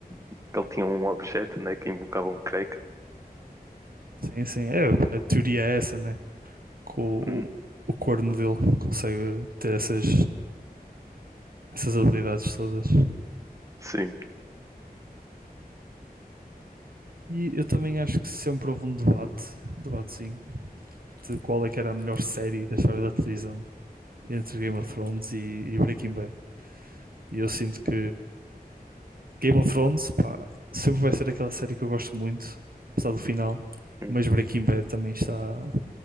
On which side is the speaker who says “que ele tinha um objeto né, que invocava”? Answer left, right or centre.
Right